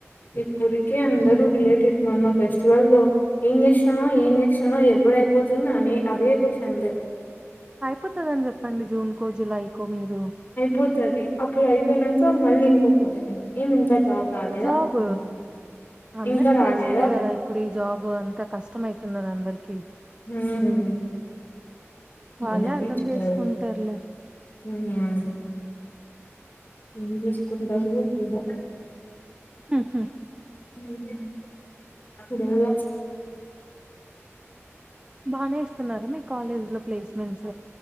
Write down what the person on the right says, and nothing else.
అయిపోతదని చెప్పండి జూన్కో జులైకో మీరు
జాబ్
అందరికి
తెలిసిందే కదా ఇప్పుడు ఈ జాబ్ అంతా కష్టం కష్టం అయితుందని అందరికీ
వాళ్ళే అర్థం
చేసుకుంటారులే
ఉహు
బానే ఇస్తున్నారా మీ కాలేజ్ లో ప్లేస్మెంట్స్